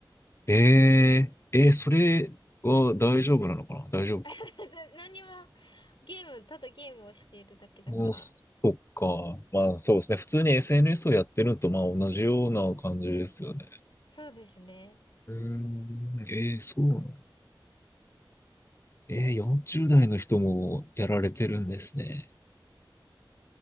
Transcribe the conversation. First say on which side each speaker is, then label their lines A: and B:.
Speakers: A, on the left; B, on the left.
A: えー、えー、それは大丈夫なのかな大丈夫か。
B: <laughs> ただ何も、ゲーム、ただゲームをしているだけだから。
A: もう、そっか。まあ、そうですね。普通に SNS をやってるのと、まあ、同じような感じですよね。
B: そうですね。
A: うーん、えー、そうなの。えー、40代の人もやられてるんですね。